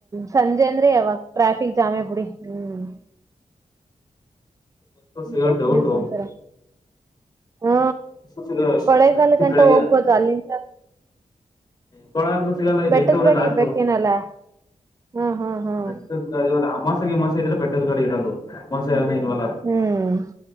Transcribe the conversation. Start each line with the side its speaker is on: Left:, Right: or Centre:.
Right: ಸಂಜೆ ಅಂದ್ರೆ ಯಾವಾಗ್ ಟ್ರಾಫಿಕ್ ಜಾಮೇ ಬುಡಿ ಹ್ಮ್.
Left: ಬಸ್ಸು
Right: ಮತ್ತೆ
Left: ಸಿಗೋ ಡೌಟು
Right: ಇನ್ನೇನ್ ಸಮಾಚಾರ. ಹ್ಮ
Left: ಬಸ್ಸು ಸಿಗ
Right: ಕೊಳೆಗಾಲ ಗಂಟ
Left: ಬೆಳಗ್ಗೆ
Right: ಹೋಗ್ಬೋದು ಅಲ್ಲಿಂದ
Left: ಕೊಳ ಅಂತು ಸಿಗಲ್ಲ ಇಲ್ಲಿ
Right: ಬೆಟ್ಟದ
Left: ಎಂಟೂವರೆ
Right: ಗಾಡಿ
Left: ಲಾಸ್ಟ್
Right: ಇರ್ಬೇಕೇನಲ್ಲ ಹ್ಮ್ ಹ್ಮ್ ಹ್ಮ್
Left: ಬೆಟ್ಟದ್ ಅಮಾಸೆಗಿಮಾಸೆ ಇದ್ರೆ ಬೆಟ್ಟದ್ ಕಡೆ ಇರೋದು ಅಮಾಸೆ ಇಲ್ವಲ್ಲ
Right: ಹ್ಮ್